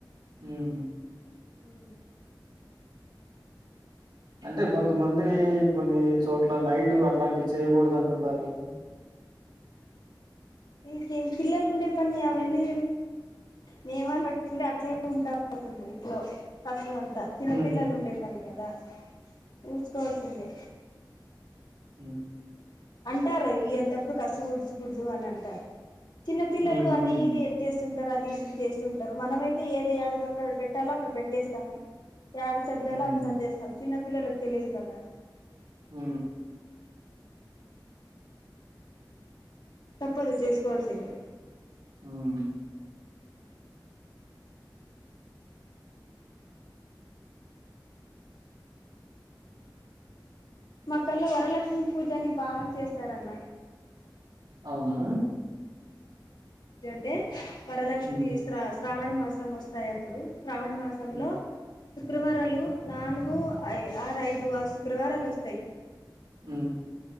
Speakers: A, on the right; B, on the left.
A: ఉ హు
B: ఉ
A: అంటే కొంతమందిరి కొన్ని చోట్ల నైటు అట్లాంటివి చేయకూడదు అంటుంటారు కదా
B: ఇకేమి పిల్లలు ఉండే పని అవన్నీ నియమాలు పట్టించుకుంటే అట్లే ఉంటాం అసలు ఇంట్లో ను అంతా చిన్నపిల్లలు
A: హ్మ్.
B: ఉండే పని కదా ఊచకోల్సిందే
A: ఉ
B: అంటారు <unintelligible> వెళ్ళంతప్పుడు కసువు ఊడ్చికూడదు కూడదు అని అంటారు చిన్న పిల్లలు
A: హ్మ్.
B: అది
A: హ్మ్.
B: ఇది ఎత్తేస్తు ఉంటారు అది ఇది చేస్తు ఉంటారు మనమయితే ఏది యడ అక్కడ పెట్టాలో అక్కడ పెట్టేస్తాము యడ సర్దలో
A: హ్మ్.
B: ఆడ సర్దేస్తం చిన్న పిల్లలకు తెలియదు కదా
A: ఉ
B: తప్పదు చేసుకోవాల్సిందే
A: అవును
B: మా కల్ల వరలక్ష్మి పూజని బాగ చేస్తారన్న
A: అవునా
B: అయితే వరలక్ష్మి
A: హ్మ్.
B: శ్రా శ్రావణ మాసం వస్తాయి అప్పుడు శ్రావణ మాసంలో
A: హ్మ్.
B: శుక్రవారాలు నాలుగు ఐ ఆరు ఐదు ఆ శుక్రవారాలు వస్తాయి
A: ఉ